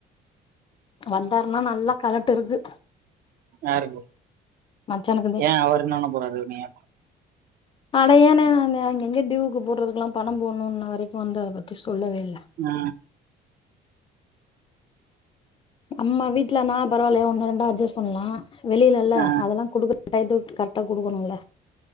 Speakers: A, on the left; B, on the right.
A: வந்தாருன்னா நல்ல கலட்டு இருக்கு
B: யாருக்கு
A: மச்சானுக்குதே
B: ஏ அவர் என்ன பன்ன போராரு உன்னைய
A: அட என்ன நானு அங்கே அங்கே டியூவுக்கு போட்றதுக்கெல்லா பணம் போட்ணு இன்ன வரைக்கு வந்து அத பத்தி சொல்லவே இல்ல
B: ஏ
A: அம்ம வீட்ல நா பரவால்லயா ஒனக் ஒன்னு ரெண்டா அட்ஜஸ் பண்ணலா வெளியில இல்ல
B: ஆ
A: அதெல்லா குடுக்கற டைத்துக்கு கரக்டா குடுக்கணுல்ல